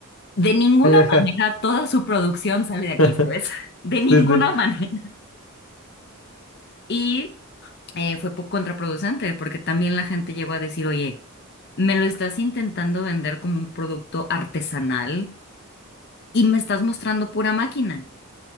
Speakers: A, on the left (about 50°); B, on the left (about 80°).
A: de ninguna
B: Ay, ajá.
A: manera toda su producción sale de aquí,
B: <laughs>
A: ¿sabes? <laughs> De ninguna
B: Sí, sí.
A: manera. Y eh, fue po- contraproducente, porque también la gente llegó a decir, oye, me lo estás intentando vender como un producto artesanal y me estás mostrando pura máquina.